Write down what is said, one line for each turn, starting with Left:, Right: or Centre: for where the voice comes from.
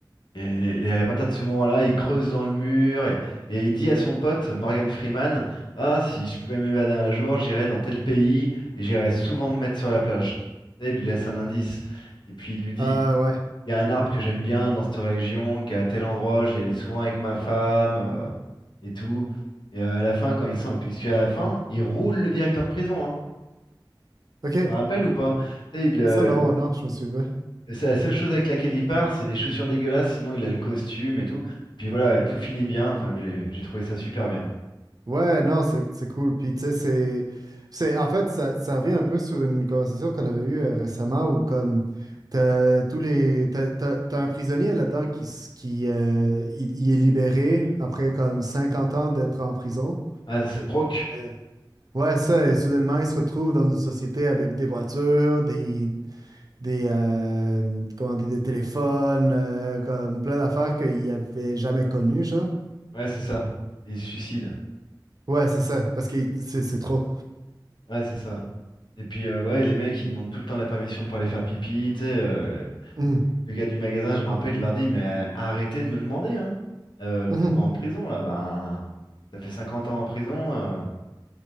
Left: Et, et à partir de ce moment-là, il creuse dans le mur et, et il dit à son pote Morgan Freeman, Ah, si je pouvais m'évader un jour, j'irais dans tel pays et j'irais souvent me mettre sur la plage. Tu sais, il lui laisse un indice. Et puis il lui dit,
Right: Ah, ouais.
Left: Il y a un arbre que j'aime bien dans cette région, qui est à tel endroit, j'y allais souvent avec ma femme euh, et tout. Et euh, à la fin, quand il sent, puisque à la fin, il roule le directeur de prison, hein.
Right: Ok,
Left: T'en rappelles ou pas? Tu sais, il, euh,
Right: ça, non, ouais, non, je me souviens.
Left: c'est la seule chose avec laquelle il part, c'est les chaussures dégueulasses, sinon il a le costume et tout. Et puis voilà, tout finit bien. Enfin, j'ai j'ai trouvé ça super bien.
Right: Ouais, non, c'est c'est cool. Puis, tu sais, c'est. c'est- En fait, ça, ça revient un peu sur une conversation qu'on avait eue euh, récemment où, comme, t'as tous les. T'as, t'as- t'as un prisonnier là-dedans qui, s- qui euh, il, il est libéré après, comme, 50 ans d'être en prison.
Left: Ah, c'est Brock.
Right: Euh, Ouais, ça, euh, soudainement, ils se retrouvent dans une société avec des voitures, des, des, euh, comment dire, des téléphones, euh, comme plein d'affaires qu'ils n'avaient jamais connues, genre.
Left: Ouais, c'est ça. Et il se suicide.
Right: Ouais, c'est ça, parce que c'est c'est trop.
Left: Ouais, c'est ça. Et puis, euh, ouais, les mecs, ils demandent tout le temps la permission pour aller faire pipi. Tu sais, euh,
Right: Mhm.
Left: le gars du magasin, je me rappelle, il leur dit, mais euh, arrêtez de me demander, hein. Euh, vous
Right: Mhm.
Left: n'êtes pas en prison, là. Bah, ça fait 50 ans en prison. euh.